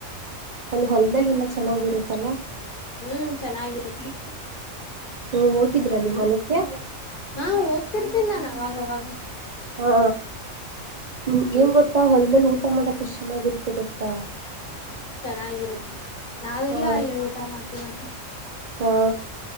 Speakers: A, on the right (about 50°); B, on the left (about 45°).
A: ಅಲ್ಲಿ ಹೊಲದಲ್ಲೆಲ್ಲಾ ಚೆನ್ನಾಗಿರುತ್ತಲ್ಲ.
B: ಹ್ಮ್ ಚೆನ್ನಾಗಿರುತ್ತೆ.
A: ಹ್ಮ ಹೋಗಿದ್ರಾ ನೀವು ಹೊಲಕ್ಕೆ
B: ಹಾ ಹೋಗ್ತಿರ್ತೀನಿ ನಾನು. ಅವಾಗವಾಗ.
A: ಹಾ ಹ್ಮ್ ಎನ್ ಗೊತ್ತ ಹೊಲ್ ಅಲ್ಲಿ ಊಟ ಮಾಡಕ್ ಎಷ್ಟ್ ಚೆನ್ನಾಗಿರುತ್ತೆ ಗೊತ್ತಾ.
B: ಹ್ಮ್ ಚೆನ್ನಾಗಿರುತ್ತೆ. ನಾವಿರ್ಲ್ಲಾ
A: ಹ
B: ಅಲ್ಲೇ ಊಟ ಮಾಡ್ತಿವಿ ಮತ್ತೆ.
A: ಹಾ